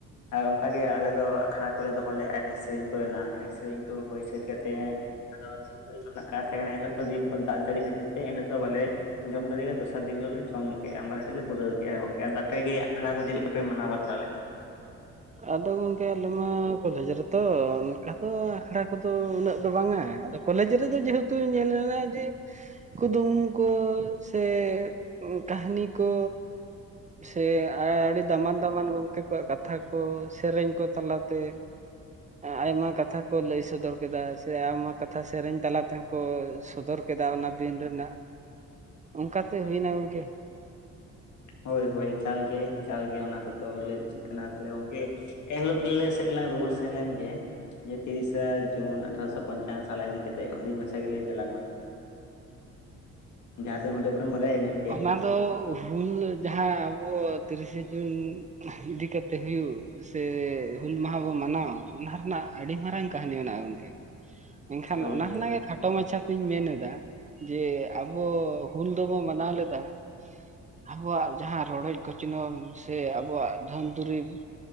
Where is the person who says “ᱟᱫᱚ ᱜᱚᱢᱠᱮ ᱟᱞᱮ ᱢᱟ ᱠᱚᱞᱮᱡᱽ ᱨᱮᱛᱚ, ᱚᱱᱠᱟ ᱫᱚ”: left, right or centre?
Right